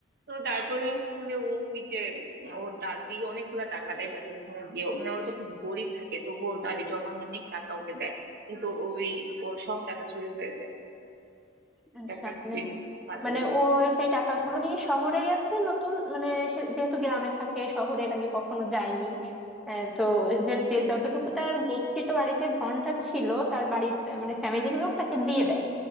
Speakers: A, on the right (about 55°); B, in the centre.
A: তো তারপরে আসলে ও ওই যে উম, ওর দাদি অনেকগুলা টাকা দেয় যাতে ওখানে গিয়ে মানে ওরা তো খুব গরিব থাকে তবু ওর দাদি জমানো অনেক টাকা ওকে দেয় কিন্তু ওই ওর সব টাকা চুরি হয়ে যায়
B: আচ্ছা
A: এটা একটা
B: মানে
A: খুবই বাজে
B: মানে
A: অভ্যাস
B: ও সেই টাকাগুলো নিয়ে শহরে গেছে নতুন মানে সে যেহেতু গ্রামে থাকে শহরে এর আগে কখনো যায়নি আহ, তো যে যে যতটুকু তার গচ্ছিত বাড়িতে ধনটা ছিল তার বাড়ির আহ, মানে ফ্যামিলির লোক তাকে দিয়ে দেয়